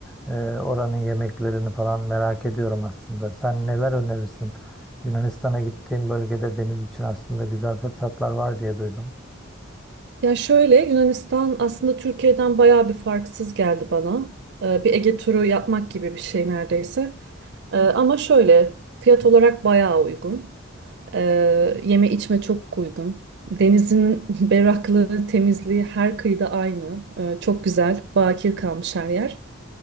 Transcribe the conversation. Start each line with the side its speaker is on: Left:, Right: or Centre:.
Centre: e, oranın yemeklerini falan merak ediyorum aslında. Sen neler önerirsin? Yunanistan'a gittiğim bölgede deniz için aslında güzel fırsatlar var diye duydum.
Right: Ya şöyle Yunanistan aslında Türkiye'den bayağı bir farksız geldi bana. Ee, bir Ege turu yapmak gibi bir şey neredeyse. Ee, ama şöyle fiyat olarak bayağı uygun. Ee, yeme içme çok uygun. Denizin <laughs> berraklığı, temizliği her kıyıda aynı. Ee, çok güzel, bakir kalmış her yer.